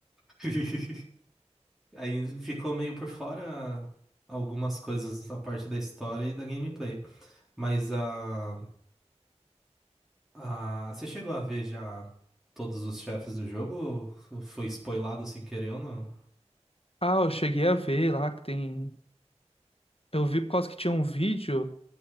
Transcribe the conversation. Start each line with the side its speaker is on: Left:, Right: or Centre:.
Centre: <laughs> Aí ficou meio por fora algumas coisas da parte da história e da gameplay. Mas a, a, você chegou a ver já todos os chefes do jogo? Ou Foi spoilado sem querer ou não?
Left: Ah, eu cheguei a ver lá que tem. Eu vi por causa que tinha um vídeo